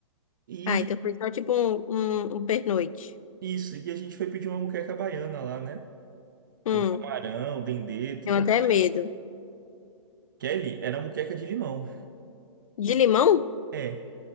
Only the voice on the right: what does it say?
E
Isso, e a gente foi pedir uma moqueca baiana lá, né?
Com camarão, dendê, tudo
mais.
Kelly, era moqueca de limão.
É,